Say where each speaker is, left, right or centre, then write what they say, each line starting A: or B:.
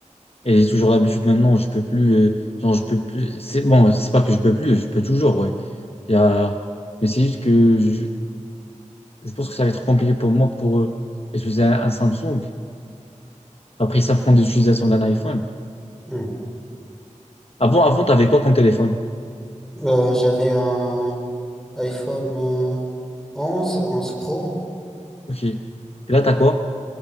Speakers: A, on the left; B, in the centre.
A: Et j'ai toujours l'habitude maintenant, je peux plus, euh, genre, je peux plus, c'est bon, c'est pas que je peux plus, je peux toujours, ouais. Il y a, mais c'est juste que je, je pense que ça va être compliqué pour moi pour euh, utiliser un, un Samsung. Après, ça prend l'utilisation d'un iPhone.
B: Hmm.
A: Avant, avant, t'avais quoi comme téléphone?
B: Euh, j'avais un... iPhone euh, 11 11 Pro.
A: Ok. Et là, t'as quoi?